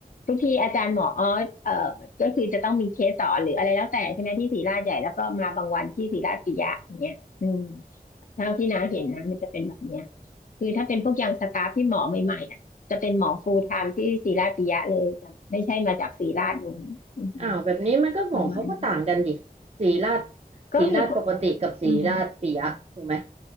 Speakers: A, on the left (about 55°); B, on the right (about 40°).
A: ทุกทีอาจารย์หมออ๋อเอ่อก็คือจะต้องมีเคสสอนหรืออะไรแล้วแต่ใช่ไหมที่ศรีราชใหญ่แล้วก็มาบางวันที่ศรีราชปิยะอย่างเงี้ยอืม เท่าที่น้าเห็นนะมันจะเป็นแบบเนี้ยคือถ้าเป็นพวกยังสตาฟที่หมอใหม่ๆอ่ะจะเป็นหมอฟูลไทม์ที่ศิราปิยะเลยจะไม่ใช่มาจากศิราชนู้นอืม
B: อ้าวแบบนี้มันก็หมอเขาก็ต่างกันดิศิริราช
A: ประมาณนี้ก็มี
B: ศิริราชปกติกับศิริราชปิยะถูกไหม
A: อืม